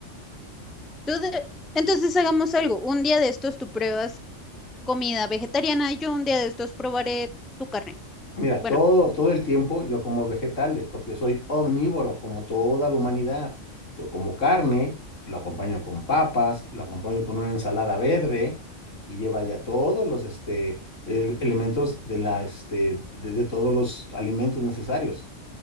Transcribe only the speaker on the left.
Mira,
todo, todo el tiempo yo como vegetales, porque soy omnívoro, como toda la humanidad. Yo como carne, lo acompaño con papas, lo acompaño con una ensalada verde y lleva ya todos los este, el- elementos de la, este, de, de todos los alimentos necesarios,